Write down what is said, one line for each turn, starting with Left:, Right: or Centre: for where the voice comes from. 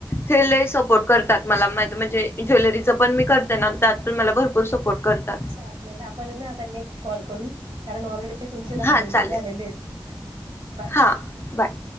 Left: हे लले सपोर्ट करतात मला मा म्हणजे ज्वेलरीच पण मी करते ना त्या. पण मला भरपूर सपोर्ट करतात.
Right: चालेल आपण ना आता नेक्स्ट कॉल करू कारण ऑलरेडी तुमचे दहा
Left: हा
Right: मिनट
Left: चालेल
Right: झालेले आहेत. बाय
Left: हा, बाय